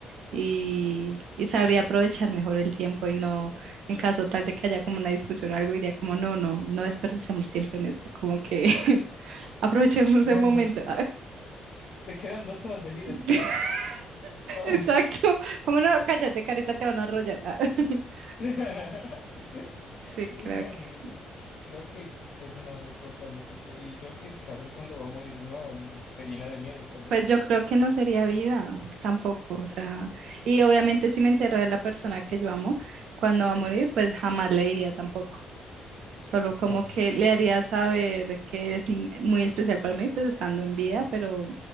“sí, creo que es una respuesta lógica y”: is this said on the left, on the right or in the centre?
Left